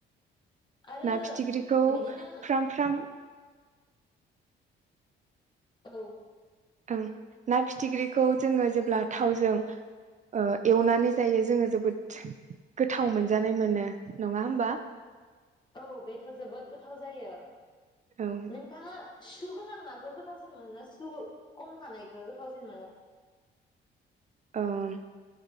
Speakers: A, on the left; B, on the right.
A: आरो
B: ना फिथिख्रिखौ
A: बिदिनो
B: फ्राम फ्राम।
A: औ।
B: ओं ना फिथिख्रिखौ जोङो जेब्ला थावजों ओ एवनानै जायो जोङो जोबोद गोथाव मोनजानाय मोनो नङा होमबा?
A: औ बेथ जोबोद गोथाव जायो
B: औ
A: नोंथाङा सु गोनां नाखौ गोथावसिन मोनो ना सु खम थानायखौ गोथावसिन मोनो
B: ओम